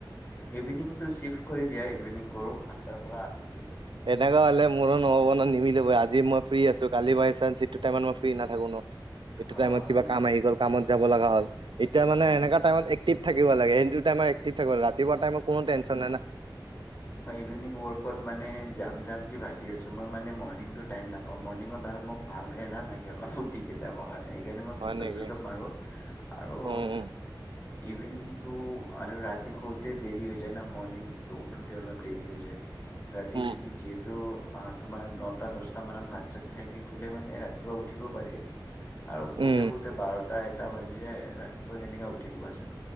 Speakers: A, on the left; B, on the right.
A: ইভিনিংটো চিফ কৰি দিয়া ইভিনিং কৰো সাতটাৰ পৰা আঠটালৈকে।
B: তেনেকুৱা হ'লে মোৰো নহ'ব নহয় নিমিলিব আজি মই ফ্ৰী আছো, কালি বাই চান্স এইটো টাইমত মই ফ্ৰী নাথাকো ন'। এইটো
A: অ
B: টাইমত কিবা
A: এই
B: কাম আহি গ'ল কামত যাব লগা হ'ল, এতিয়া মানে
A: হয়
B: এনেকা
A: নেকি
B: টাইমত এক্টিভাকিব লাগে সেইটো টাইম এক্টিভ থাকিব, ৰাতিপুৱা টাইম কোনো টেনচন নাই নাহ।
A: ইভিনংক ওৱক ত' মানে যাম যাম কি ভাবি আছোঁ, মই মানে মৰ্নিংটো টাইম নাপাওঁ মৰ্নিংত আৰু মোক ভাল এলাহ লাগে অলপ ফূৰ্তিকে যাবৰ কাৰণে, সেইকাৰণে মই
B: হয়
A: পুচাপ-চুচাপ
B: নেকি?
A: মাৰো আৰু।
B: উম, উম,
A: ইভিনিংটো আৰু ৰাতি শুতে দেৰি হৈ যায় ন মৰ্ণিংটো টোতে অলপ দেৰি হৈ যায় ৰাতি
B: উম,
A: যদি যিহেতু আ তোমাৰ নটা দছটামানত ভাত - চাত খাই খি শুলে মানে ৰাতিপুৱা উঠিব পাৰি। আৰু শুতে
B: উম,
A: শুতে বাৰটা এ টা বাজি যায় ৰাতিপুৱা কেনেকে উঠিম কোৱাচোন?